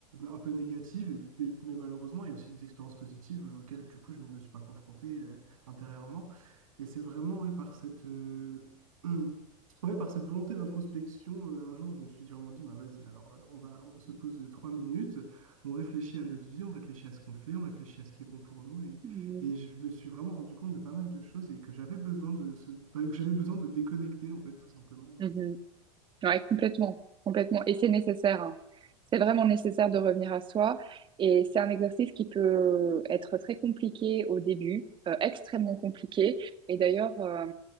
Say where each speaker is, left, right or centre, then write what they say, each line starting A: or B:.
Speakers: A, on the right; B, on the right.
A: un peu négatives. Et- mais malheureusement, il y a aussi des expériences positives euh, auxquelles, du coup, je ne me suis pas confronté euh, intérieurement. Et c'est vraiment ouais, par cette, euh, <clears throat> ouais, par cette volonté d'introspection, euh, un jour, je me suis vraiment dit, bah, vas-y, alors euh, on va, on se pose euh, trois minutes, on réfléchit à notre vie, on réfléchit à ce qu'on fait, on réfléchit à ce qui est bon pour nous. Et
B: mhm,
A: je me suis vraiment rendu compte de pas mal de choses et que j'avais besoin de ce... bah, que j'avais besoin de déconnecter, en fait, tout simplement. euh,
B: mhm. Ouais, complètement, complètement. Et c'est nécessaire, hein. C'est vraiment nécessaire de revenir à soi. Et c'est un exercice qui peut être très compliqué au début, euh, extrêmement compliqué. Et d'ailleurs, euh,